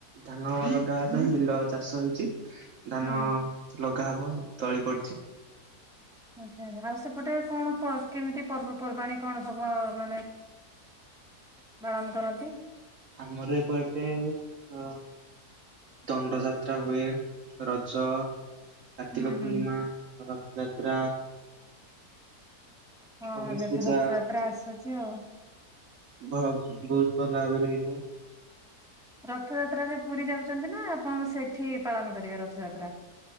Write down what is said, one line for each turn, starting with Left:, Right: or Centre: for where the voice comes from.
Right: ଧାନ ଲଗାହବା ପାଇଁ ବିଲ ଚାଷ ହେଇଛି। ଧାନ
Centre: ହୁଁ
Right: ଲଗା ହବ ତଳି ପଡଚି।
Centre: ଆଚ୍ଛା, ଆଉ ସେପଟେ କଣ ପ କେମିତି ପର୍ବପର୍ବାଣିୀ କଣ ସବ ମାନେ ପାଳନ କରନ୍ତି?
Right: ଆମର ଏପଟେ ଅ ଦଣ୍ଡ ଯାତ୍ରା ହୁଏ, ରଜ। କାର୍ତ୍ତିକ
Centre: ହୁଁ
Right: ପୂର୍ଣ୍ଣିମା,
Centre: ହୁଁ
Right: ରଥଯାତ୍ରା।
Centre: ହଁ
Right: ଗଣେଶ
Centre: ଏବେ
Right: ପୂଜା
Centre: ତ ରଥଯାତ୍ରା ଆସୁଚି ଆଉ।
Right: ବ ହ ବହୁତ ଭଲ ଭାବରେ ହୋଇଥାଏ।
Centre: ରଥଯାତ୍ରାରେ ପୁରୀ ଯାଉଛନ୍ତି ନା ଆପଣ ସେଠି ପାଳନ କରିବେ ରଥଯାତ୍ରା?